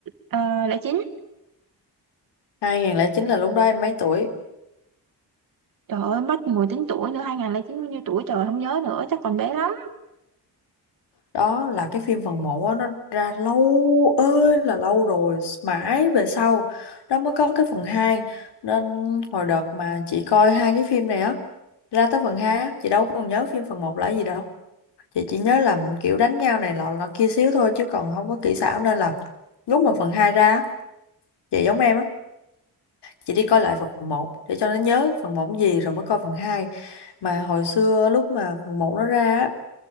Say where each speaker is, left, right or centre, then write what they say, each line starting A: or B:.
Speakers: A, on the right; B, on the left.
A: ờ, lẻ chín
B: 2009 là lúc đó em mấy tuổi?
A: trời ơi mất ngồi tính tuổi nữa hai nghìn không trăm lẻ chín bao nhiêu tuổi trời không nhớ nữa chắc còn bé lắm
B: Đó là cái phim phần một á, nó ra lâu ơi là lâu rồi, mãi về sau đó mới có cái phần hai Nên hồi đợt mà chị coi hai cái phim này á, ra tới phần 2 á, chị đâu còn nhớ phim phần một là gì đâu. chị chỉ nhớ là kiểu đánh nhau này lọ lọ kia xíu thôi chứ còn không có kỹ xảo nên là lúc mà phần 2 ra á, chị giống em á chị đi coi lại phần một để cho nó nhớ phần 1 gì rồi mới coi phần hai mà hồi xưa lúc mà phần 1 nó ra á,